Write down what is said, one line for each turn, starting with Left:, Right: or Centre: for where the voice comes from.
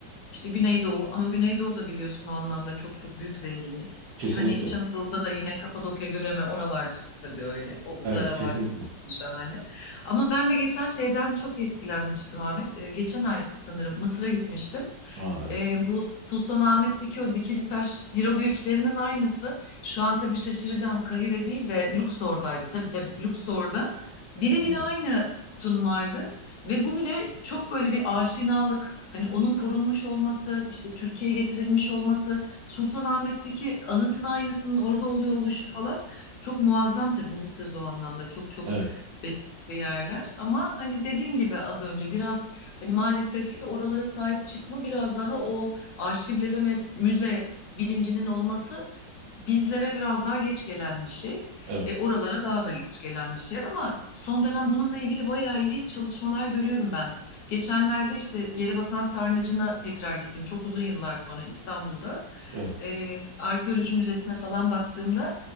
Left: işte Güneydoğu ama Güneydoğu da biliyorsun o anlamda çok çok büyük zenginlik. Ki
Right: kesinlikle.
Left: hani İç Anadolu'da da yine Kapadokya, Göreme oralar tabii öyle. O
Right: Evet
Left: Ihlara
Right: kesinlikle.
Left: Vadisi şahane. Ama ben de geçen şeyden çok etkilenmiştim Ahmet. E, geçen ay sanırım Mısır'a gitmiştim.
Right: Aa, evet.
Left: Ee, bu Sultanahmet'teki o dikili taş hirogliflerinin aynısı. Şu an tabii şaşıracağım. Kahire değil de Luxor'daydı. Tabii tabii Luxor'da. Birebir
Right: Hı.
Left: aynı sütun vardı. Ve bu bile çok böyle bir aşinalık. Hani onun korunmuş olması, işte Türkiye'ye getirilmiş olması, Sultanahmet'teki anıtın aynısının orada oluyor oluşu falan çok muazzam tabii Mısır'da o anlamda çok çok
Right: Evet.
Left: belirli yerler. Ama hani dediğin gibi az önce biraz Hani maalesef ki oralara sahip çıkma biraz daha o arşivleme ve müze bilincinin olması bizlere biraz daha geç gelen bir şey.
Right: Evet.
Left: E, oralara daha da geç gelen bir şey ama son dönem bununla ilgili bayağı iyi çalışmalar görüyorum ben. Geçenlerde işte Yerebatan Sarnıcı'na tekrar gittim. Çok uzun yıllar sonra İstanbul'da
Right: Evet.
Left: e, arkeoloji müzesine falan baktığımda